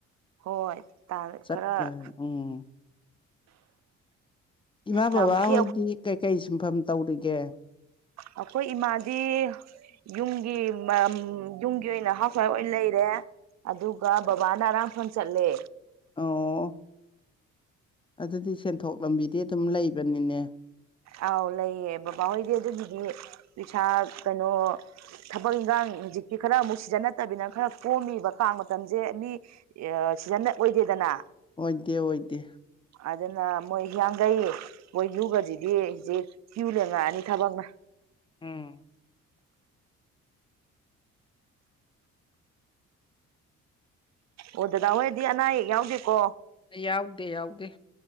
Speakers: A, on the right; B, on the left.
A: ꯍꯣꯏ ꯇꯥꯔꯦ
B: ꯆꯠꯄ
A: ꯈꯔ
B: ꯎꯝ ꯏꯃꯥ
A: ꯅꯍꯥꯟꯃꯨꯛꯀꯤ
B: ꯕꯕꯥ ꯍꯣꯏꯗꯤ ꯀꯩꯀꯩ ꯁꯤꯟꯐꯝ ꯇꯧꯔꯤꯒꯦ
A: ꯑꯩꯈꯣꯏ ꯏꯃꯥꯗꯤ ꯌꯨꯝꯒꯤ ꯌꯨꯝꯒꯤ ꯑꯣꯏꯅ ꯍꯥꯎꯁ ꯋꯥꯏꯐ ꯑꯣꯏꯅ ꯂꯩꯔꯦ ꯑꯗꯨꯒ ꯕꯕꯥꯅ ꯑꯔꯥꯡꯐꯝꯣꯟ ꯆꯠꯂꯦ
B: ꯑꯣ ꯑꯗꯨꯗꯤ ꯁꯦꯟꯊꯣꯛ ꯂꯝꯕꯤꯗꯤ ꯑꯗꯨꯝ ꯂꯩꯕꯅꯤꯅꯦ
A: ꯑꯥꯎ ꯂꯩꯌꯦ ꯕꯕꯥꯍꯣꯏꯗꯤ ꯑꯗꯨꯒꯤꯗꯤ ꯄꯩꯁꯥ ꯀꯩꯅꯣ ꯊꯕꯛ ꯏꯟꯈꯥꯡ ꯍꯧꯖꯤꯛꯇꯤ ꯈꯔ ꯑꯃꯨꯛ ꯁꯤꯖꯟꯅ ꯅꯠꯇꯕꯤꯅ ꯈꯔ ꯀꯣꯝꯃꯤꯕ ꯀꯥꯡ ꯃꯇꯝꯁꯦ ꯃꯤ ꯁꯤꯖꯟꯟꯅ ꯑꯣꯏꯗꯦꯗꯅ
B: ꯑꯣꯏꯗꯦ ꯑꯣꯏꯗꯦ
A: ꯑꯗꯨꯅ ꯃꯣꯏ ꯍꯤꯌꯥꯡꯒꯩ ꯍꯣꯏ ꯌꯨꯒꯗꯤ ꯌꯦꯦ ꯊꯤꯎ ꯂꯉ ꯑꯅꯤ ꯊꯕꯥꯒꯅ
B: ꯎꯝ
A: ꯑꯣ ꯗꯗꯥ ꯍꯣꯏꯗꯤ ꯑꯅꯥ ꯑꯌꯦꯛ ꯌꯥꯎꯗꯦꯀꯣ
B: ꯑꯩ ꯌꯥꯎꯒꯦ ꯌꯥꯎꯒꯦ